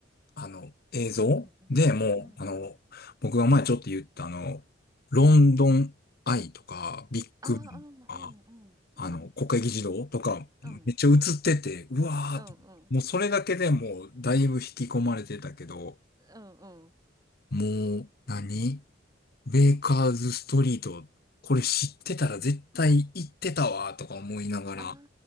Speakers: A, on the left; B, on the right.
A: あの、映像で、
B: うんうんうんうんうん。
A: もう、あの、僕が前ちょっと言った、あの、ロンドンアイとか、ビッグバンとか
B: ああ、うんうんうん。うん
A: あの、国会議事堂とか、
B: うん。
A: めっちゃ映ってて、うわーって、
B: うんうん。
A: もうそれだけでもうだいぶ引き込まれてたけど、
B: うんうんうん。
A: もう何、ベーカーズストリート、これ知ってたら絶対行ってたわーとか思いながら、
B: あ